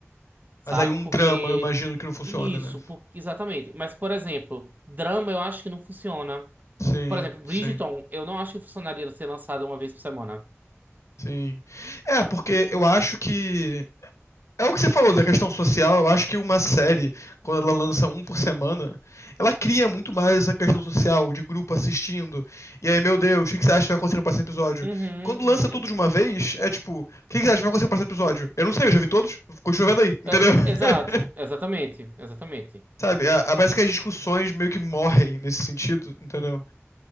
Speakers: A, on the right; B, on the left.
A: sabe?
B: Mas aí um
A: Porque
B: drama, eu imagino que não funciona,
A: isso,
B: né?
A: por- exatamente. Mas, por exemplo, drama eu acho que não funciona.
B: Sim,
A: Por exemplo,
B: sim,
A: Bridgerton, eu não acho que funcionaria ser lançada uma vez por semana.
B: sim. É, porque eu acho que. É o que você falou da questão social. Eu acho que uma série, quando ela lança um por semana, ela cria muito mais essa questão social, de grupo assistindo. E aí, meu Deus, o que que você acha que vai acontecer no próximo episódio?
A: Uhum,
B: Quando
A: uhum.
B: lança tudo de uma vez, é tipo, o que que você acha que vai acontecer no próximo episódio? Eu não sei, eu já vi todos, continua vendo aí, entendeu?
A: É,
B: <laughs>
A: exato, exatamente, exatamente.
B: Sabe? a- a- Parece que as discussões meio que morrem nesse sentido, entendeu?